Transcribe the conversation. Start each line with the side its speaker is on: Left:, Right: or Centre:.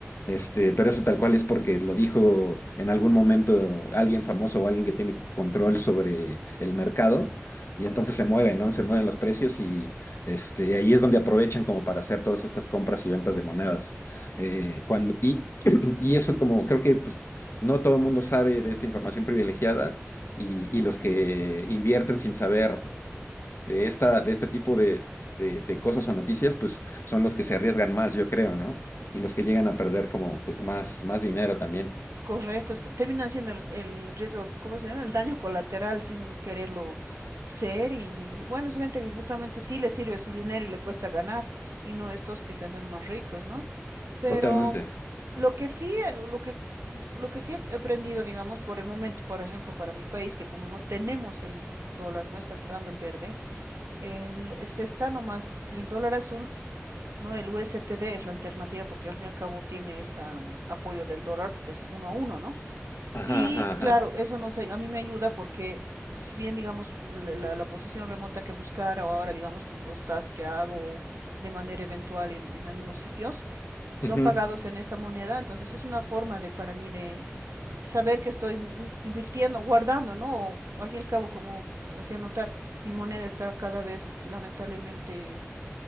Left: Este, pero eso tal cual es porque lo dijo en algún momento alguien famoso o alguien que tiene control sobre el mercado y entonces se mueve, ¿no? Se mueven los precios y este, y ahí es donde aprovechan como para hacer todas estas compras y ventas de monedas. Eh, cuando, y, <clears throat> y eso como creo que pues, no todo el mundo sabe de esta información privilegiada y, y los que invierten sin saber de, esta, de este tipo de, de, de cosas o noticias, pues son los que se arriesgan más, yo creo, ¿no? Y los que llegan a perder como pues más, más dinero también.
Right: Correcto, se- termina siendo el, el riesgo, ¿cómo se llama? El daño colateral sin quererlo ser y bueno, es gente que justamente sí le sirve su dinero y le cuesta ganar y no estos que se hacen más ricos, ¿no? Pero
Left: Totalmente.
Right: lo que sí, eh, lo que, mm, lo que sí he aprendido, digamos, por el momento, por ejemplo, para mi país, que como no tenemos el dólar, no está entrando el verde, el, se está nomás el dólar azul, ¿no? El USTD es la alternativa porque al fin y al cabo tiene ese apoyo del dólar porque es uno a uno, ¿no?
Left: Ajá,
Right: Y
Left: ajá, ajá.
Right: claro, eso nos, ay- a mí me ayuda porque si bien, digamos, la, la- la posición remota que buscara o ahora, digamos, los tasks que hago de manera eventual en, en algunos sitios, son
Left: Ujú,
Right: pagados en esta moneda, entonces es una forma de para mí de saber que estoy mm, invirtiendo, guardando, ¿no? O, al fin y al cabo, como hacía notar, mi moneda está cada vez lamentablemente